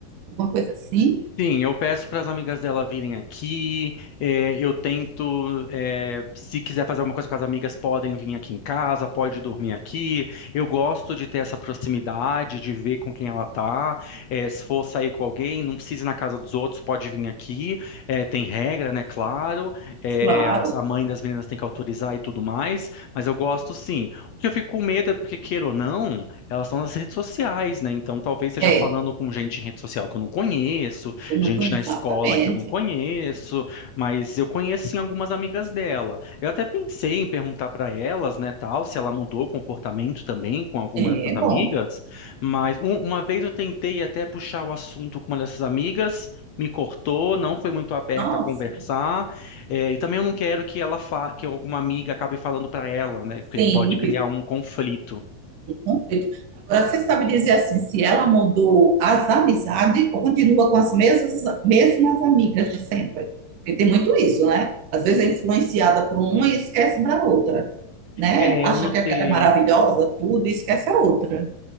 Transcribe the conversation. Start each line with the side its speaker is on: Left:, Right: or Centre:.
Right: Alguma coisa assim?
Left: Sim, eu peço para as amigas dela virem aqui. eh, eu tento, eh, se quiser fazer alguma coisa com as amigas, podem vir aqui em casa, pode dormir aqui. Eu gosto de ter essa proximidade, de ver com quem ela tá. Eh, se for sair com alguém, não precisa ir na casa dos outros, pode vir aqui. Eh, tem regra, né? Claro. Eh,
Right: Claro,
Left: as- a mãe das meninas tem que autorizar e tudo mais. Mas eu gosto sim. O que eu fico com medo é porque, queira ou não, elas estão nas redes sociais, né? Então talvez seja
Right: é.
Left: falando com gente em rede social que eu não conheço
Right: Eu não
Left: gente
Right: conheço
Left: na escola
Right: exatamente.
Left: que eu não conheço, mas eu conheço sim algumas amigas dela. Eu até pensei em perguntar para elas, né, tal, se ela mudou o comportamento também com alguma
Right: É
Left: dessas amigas,
Right: bom.
Left: mas um- uma vez eu tentei até puxar o assunto com uma dessas amigas, me cortou, não foi muito aberta
Right: Nossa.
Left: a conversar, é, e também eu não quero que ela fa que alguma amiga acabe falando para ela, né, porque
Right: Sim,
Left: pode criar um conflito.
Right: o conceito. Agora, você sabe dizer assim, se ela mudou as amizades ou continua com as mesmas, mesmas amigas de sempre? Porque tem muito isso, né? Às vezes é influenciada por uma e esquece da outra, né?
Left: É,
Right: Acha
Left: eu notei.
Right: que aquela é maravilhosa, tudo, e esquece a outra.